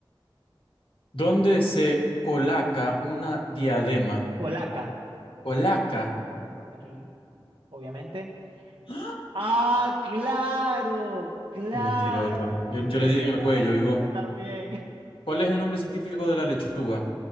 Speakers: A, on the left; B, on the right.
A: ¿Dónde se colaca una diadema?
B: Polaca,
A: ¿Colaca?
B: aquí, obviamente.
A: ¡Ah!
B: ¡Ah, claro! ¡Claro!
A: Qué mentirota.
B: Es
A: Yo, yo
B: verdad.
A: le di en el cuello, y vos.
B: Yo también. <laughs>
A: ¿Cuál es el nombre científico de la lechuga?